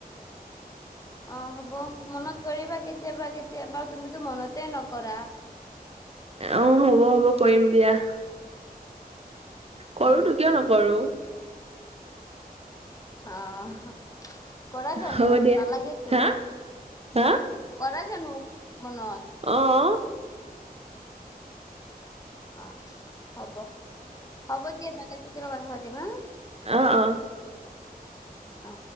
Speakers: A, on the left; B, on the right.
A: অ' হ'ব। মনত কৰিবা কেতিয়াবা কেতিয়াবা তুমিতো মনতে নকৰা।
B: অ' হ'ব হ'ব কৰিম দিয়া। কৰো
A: উম হ
B: তো কিয় নকৰো
A: আহ কৰা জানো
B: হ'ব দিয়া
A: নালাগে তো,
B: হা হা
A: কৰা জানো মনত?
B: অ'।
A: অ' হ'ব হ'ব দিয়া বেলেক দিনা কথা পাতিম হা।
B: অ' অ'।
A: অ'।